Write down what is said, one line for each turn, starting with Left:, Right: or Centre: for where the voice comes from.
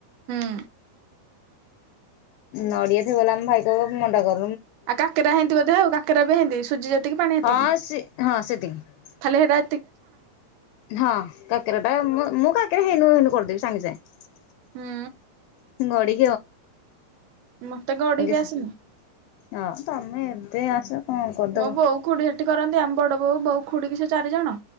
Right: ହୁଁ।
Left: ନଡିଆ ଥିବ ମାନେ ମୋ ଭାଇ କହିବ ମଣ୍ଡା କର।
Right: ଆଉ କାକରା ହେଇନ୍ତି ବୋଧେ ଆଉ କାକେରା ବି ହେଇତି ସୁଜି ଯେତିକି ପାଣି ହେତିକି।
Left: ହଁ ସେ ହଁ ସେତିକି
Right: ଖାଲି ହେରା
Left: ହଁ କାକେରା ଟା ମୁଁ କାକେରା ହେନୁ ହେନୁ କରିଦେବି ସାଙ୍ଗେ ସାଙ୍ଗେ।
Right: ହୁଁ
Left: <unintelligible> ସାଙ୍ଗେ
Right: ମତେ ଗଢ଼ି ବି
Left: ସାଙ୍ଗ
Right: ଆସିନି
Left: ହଁ ତମେ ଏବେ ତ ଆସ କଣ କରିଦବ
Right: ମୋ ବୋଉ ଖୁଡି ସେଠି କରନ୍ତି ଆମ ବଡ ବୋଉ ବୋଉ ଖୁଡ କି ସେ ଚାରି ଜଣ